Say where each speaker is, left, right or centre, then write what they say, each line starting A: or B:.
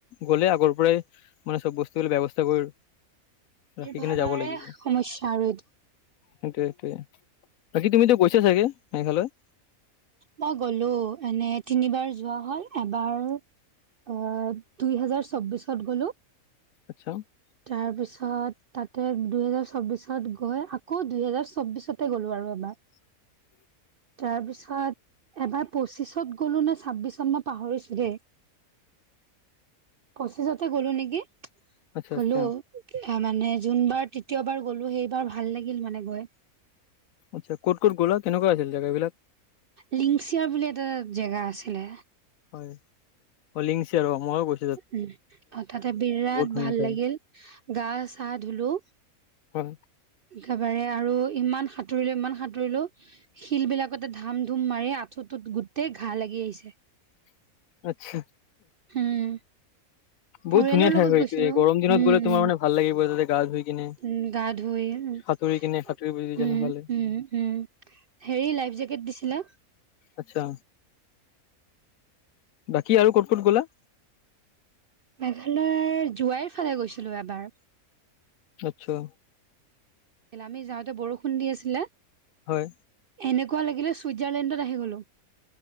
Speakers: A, on the left (about 70°); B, on the right (about 60°).
A: গ'লে আগৰ পৰাই মানে চব বস্তুৰ ব্যৱস্থা কৰি ৰাখি
B: নিৰ্ভাৰণৰে
A: কিনে যাব লাগিব
B: সমস্যা আৰু এইটো।
A: সেইটোৱে সেইটোৱে, বাকী তুমি গৈছা চাগে মেঘালয়?
B: মই গ'লো এনে তিনিবাৰ যোৱা হ'ল, এবাৰ অ', দুই হাজাৰ চৌবিশত গ'লো
A: আচ <unintelligible>
B: তাৰ পিছত তাতে দুই হেজাৰ চৌবিশত গৈ আকৌ দুই হেজাৰ চৌবিশত তে গ'লো আৰু এবাৰ।
A: <unintelligible>
B: তাৰ পিছত এবাৰ পঁচিছত গলো নে ছাব্বিছত মই পাহৰিছো দেই। পঁচিছতে গ'লো নেকি!
A: আচ্ছা
B: গ'লো,
A: আচ্ছা
B: মানে যোনবাৰ তৃতীয়বাৰ গ'লো সেইবাৰ ভাল লাগিল মানে গৈ।
A: আচ্ছা, ক'ত ক'ত গ'ল কেনেকুৱা আছিল জেগাবিলাক?
B: লিংচিয়া বুলি এটা জেগা আছিলে
A: হয় অ', লিংচিয়া আৰু ময়ো গৈছোঁ।
B: উ, অ', তাতে বিৰাট
A: ধুনীয়া
B: ভাল
A: ঠাই
B: লাগিল গা চা ধুলো।
A: হল <unintelligible>
B: একেবাৰে আৰু ইমান সাঁতুৰিলো ইমান সাঁতুৰিলো শিল বিলাকতে ধাম ধুম মাৰি আঁঠুটোত গোটেই ঘাঁ লাগি আহিছে।
A: <inaudible> আচ্ছা,
B: উম
A: বহুত
B: পৰিয়ালৰ
A: ধুনীয়া ঠাই
B: লগত
A: হয়
B: গৈছিলো
A: এইটো
B: উম
A: গৰম দিনত
B: উম
A: গ'লে তোমাৰ মানে ভাল লাগিব তাতে গা ধুই। কিনে
B: উম, গা ধুই
A: সাঁতুৰি কিনে
B: উ,
A: সাঁতুৰিব যদি জানা
B: উম,
A: ভালে
B: উম, উম। হেৰি লাইফ জেকেট দিছিলে।
A: অচ্ছা, বাকি আৰু ক'ত ক'ত গ'লা?
B: মেঘালয় যোৱাইৰ ফালে গৈছিলো এবাৰ।
A: অচ্চা, আচ্ছা।
B: হেনা আমি যাওঁতে বৰষুণ দি আছিলে
A: হয়।
B: এনেকুৱা লাগিলে ছুইজাৰলেণ্ডত আহি গ'লো।